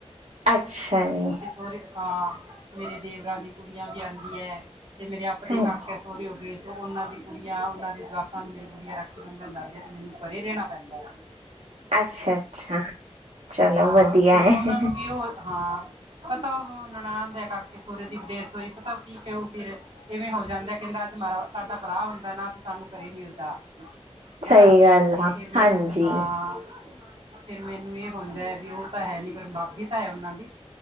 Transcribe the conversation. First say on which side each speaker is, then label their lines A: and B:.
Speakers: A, on the right; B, on the right.
A: ਅੱਛਾ
B: ਮੇਰੇ
A: ਜੀ
B: ਇੱਥੇ ਸੋਹਰੇ ਹਾਂ ਮੇਰੇ ਦੇਵਰਾਂ ਦੀ ਕੁੜੀਆਂ ਵੀ ਆਉਂਦੀ ਹੈ ਤੇ ਮੇ ਕਰਕੇ
A: ਹਾਂਜੀ
B: ਸੋਰੇ ਹੋ ਗਏ ਉਹਨਾਂ ਦੀ ਕੁੜੀਆਂ ਉਹਨਾਂ ਦੇ ਜਵਾਕਾਂ ਨੂੰ ਮੇਰੇ ਗੁੜੀਆਂ ਰਾਖੀ ਬੰਧਣ ਜਾਂਦੀ ਤੇ ਮੈਨੂੰ ਪਰੇ ਰਹਿਣਾ ਪੈਂਦਾ ਹੈ
A: ਅੱਛਾ ਅੱਛਾ ਚਲੋ
B: ਹਾਂ
A: ਵਧੀਆ
B: ਫਿਰ ਉਹਨਾਂ
A: ਹੈ
B: ਨੂੰ ਵੀ ਉਹ ਹਾਂ ਪਤਾ ਉਹ ਹੁਣ ਨਨਾਣ ਕਾਕੇ ਸਹੁਰੇ ਦੀ ਡੈਥ ਹੋਈ ਪਤਾ ਉਹ ਕੀ ਕਹੂ ਫਿਰ ਇਵੇਂ ਹੋ ਜਾਂਦਾ ਕਹਿੰਦਾ ਅੱਜ ਮਾਰਾ ਸਾਡਾ ਭਰਾ ਹੁੰਦਾ ਨਾ ਸਾਨੂੰ ਘਰੇ ਮਿਲਦਾ,
A: ਸਹੀ
B: ਹਨਾ
A: ਗੱਲ ਆ
B: ਫਿਰ ਮੈਨ
A: ਹਾਂਜੀ
B: ਹਾਂ ਫੇਰ ਮੈਨੂੰ ਇਹ ਹੁੰਦਾ ਹੈ ਵੀ ਉਹ ਤਾਂ ਹੈ ਨੀ ਪਰ ਮਾਪੀ ਤਾਂ ਹੈ ਉਹਨਾਂ ਦੀ